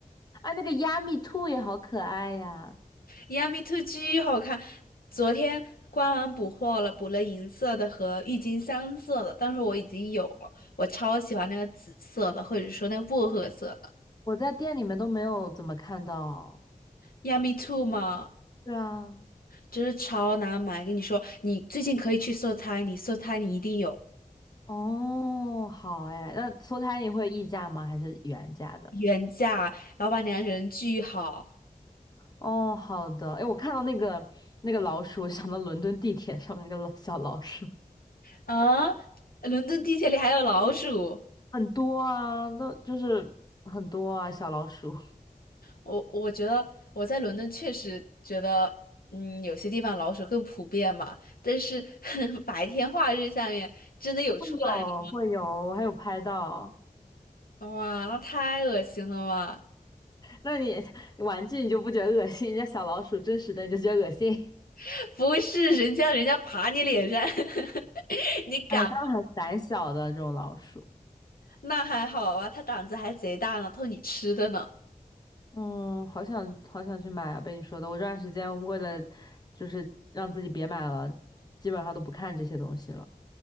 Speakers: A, on the left; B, on the left.
A: 哎，那个亚米兔也好可爱呀，
B: Yummy Two 巨好看，昨天官网补货了，补了银色的和郁金香色的，但是我已经有了，我超喜欢那个紫色的，或者说那个薄荷色的。
A: 我在店里面都没有怎么看到。
B: Yummy Two 嘛，
A: 对啊，
B: 真是超难买，跟你说，你最近可以去搜猜，你搜猜你一定有
A: 哦，好哎，那搓汤你会议价吗？还是原价的？
B: 原价，老板娘人巨好
A: 哦，好的。哎，我看到那个那个老鼠 <laughs>，想到伦敦地铁上面那个老小老鼠，
B: 啊！伦敦地铁里还有老鼠。
A: 很多啊，那就是很多啊，小老鼠。
B: 我我觉得我在伦敦确实觉得，嗯，有些地方老鼠更普遍嘛，但是 <laughs> 白天化日下面真的有出来的，
A: 会有会有，我还有拍到。
B: 哇，那太恶心了吧！
A: 那你玩具你就不觉得恶心？人家小老鼠真实的你就觉得恶心？
B: <laughs> 不是人家人家爬你脸上，<laughs> 你敢？
A: 哎，它们很胆小的这种老鼠。
B: 那还好啊，它胆子还贼大呢，偷你吃的呢。
A: 嗯，好想好想去买啊！被你说的，我这段时间为了就是让自己别买了，基本上都不看这些东西了。